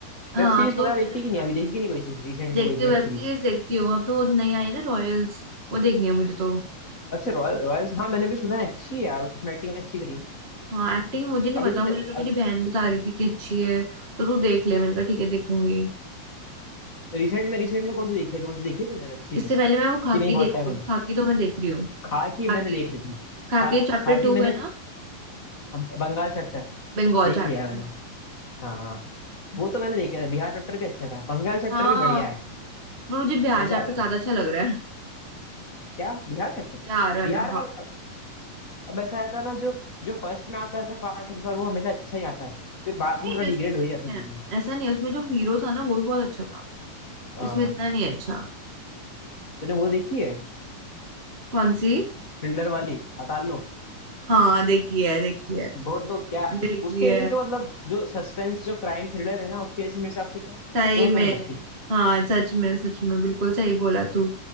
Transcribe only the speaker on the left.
वेब सीरीज
वगैरह
देखती है
कि नहीं अभी देखी कि नहीं कोई सी रिसेंट में
कोई सी
वेब
सीरीज
अच्छा रॉयल रॉयल्स हाँ मैंने भी सुना है अच्छी है यार उसमें एक्टिंग अच्छी करी है
अभी
तूने
अब
रिसेंट में रिसेंट में कौन सी देखी है अभी कौन सी देखी है तूने वेब सीरीज
कि नहीं बहुत
टाइम
हो
गया
खाकी
मैंने देख रखी
खा खाकी
मैंने
बंगाल चैप्टर
देख
लिया है मैंने हाँ हाँ वो तो मैंने देखा था बिहार चैप्टर भी अच्छा था बंगाल चैप्टर
भी
बढ़िया है
मजा
आता
है
क्या बिहार कैप्टन
बिहार
वाला अब अब ऐसा आता है ना जो जो फर्स्ट में आता है ना पार्ट पर वो हमेशा अच्छा ही आता है फिर बाद
में थोड़ा डिग्रेड
हो ही जाती है चीजें
हाँ
तूने वो देखी है
थ्रिलर वाली अतालोक
वो तो क्या
उसके
ऐसी तो मतलब जो सस्पेंस जो क्राइम थ्रिलर है ना उसके ऐसी मेरे हिसाब से तो मेरे
को तो नहीं लगती